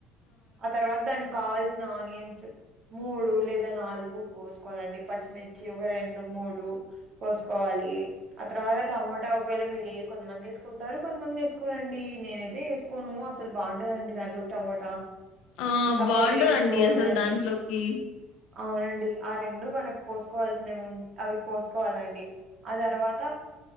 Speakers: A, on the right (about 30°); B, on the left (about 60°).
A: ఆ తర్వాత దానికి కావాల్సి ఆనియన్స్ మూడు లేదా నాలుగు కోసుకోవాలండి మిర్చి ఒక రెండు మూడు కోసుకోవాలి ఆ తరువాత టమాట ఒక కొంతమంది వేసుకుంటారు కొంతమంది వేసుకోరండి నేనైతే వేసుకోను అసలు బాగుండదండి దాంట్లోకి టమోటా
B: ఆ
A: టమోటా
B: బాగుండదండి
A: వేసుకోకూడదండి
B: అసలు దాంట్లోకి
A: అవునండి ఆ రెండు మనకు కోసుకోవాల్సినవి అవి కోసుకోవాలండి ఆ తర్వాత